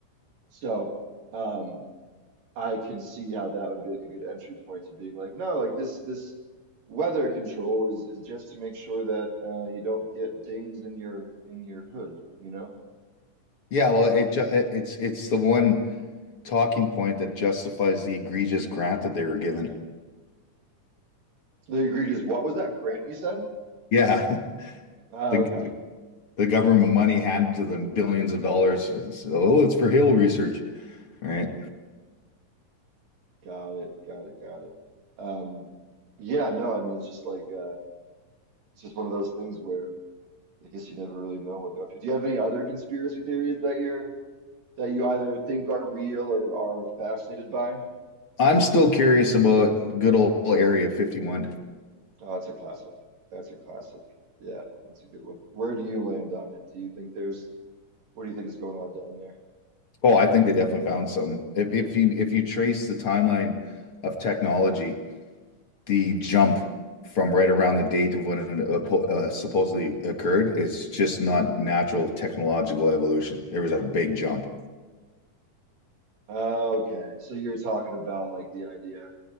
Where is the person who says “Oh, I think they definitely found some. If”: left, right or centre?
Left